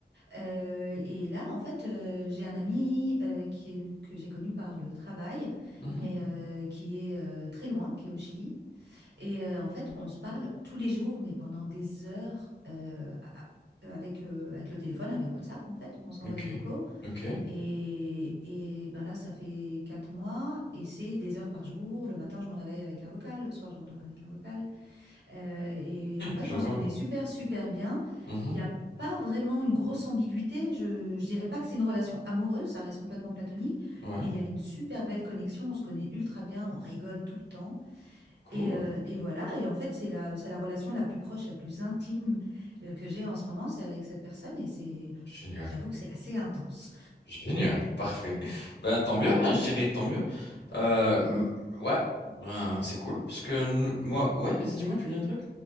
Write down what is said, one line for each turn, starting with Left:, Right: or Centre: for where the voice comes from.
Right: Heu et là, en fait, heu, j'ai un ami, heu, qui est que j'ai connu par le travail,
Left: mhm.
Right: mais heu, qui est, heu, très loin, qui est au Chili et heu, en fait, on se parle tous les jours, mais pendant des heures, heu, a avec, heu, avec le téléphone, avec WhatsApp, en fait. On s'envoie
Left: Ok,
Right: des vocaux
Left: ok,
Right: et, et ben là, ça fait quatre mois et c'est des heures par jour. Le matin, je me réveille avec un vocal. Le soir, je m'endors avec un vocal. Euh, et en fait,
Left: je
Right: on
Left: vois.
Right: se connaît super, super bien.
Left: Mhm,
Right: Il n'y a pas vraiment une grosse ambiguïté. Je, je dirais pas que c'est une relation amoureuse, ça reste complètement platonique,
Left: ouais,
Right: mais il y a une super belle connexion. On se connaît ultra bien, on rigole tout le temps.
Left: cool,
Right: Et, euh, et voilà. Et en fait, c'est la, c'est la relation la plus proche, la plus intime euh, que j'ai en ce moment. C'est avec cette personne et c'est,
Left: génial,
Right: j'avoue que c'est assez intense.
Left: génial, parfait. Ben tant mieux,
Right: Ouais.
Left: hein, je dirais, tant mieux. Euh, m-
Right: Mmh,
Left: ouais, ben
Right: ouais.
Left: c'est cool, parce que
Right: Et
Left: nous- moi, ouais, vas-y, dis-moi, tu dis un truc?